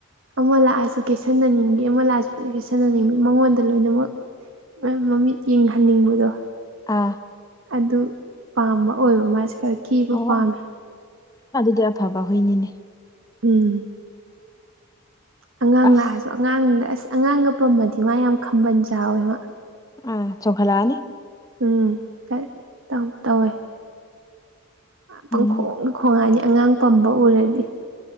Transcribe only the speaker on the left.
ꯑꯥ꯫
ꯑꯣ
ꯑꯗꯨꯗꯤ ꯑꯐꯕ ꯍꯨꯏꯅꯤꯅꯦ
ꯑꯁ
ꯑꯥ ꯆꯣꯛꯈꯠꯂꯛꯑꯅꯤ꯫
ꯎꯝ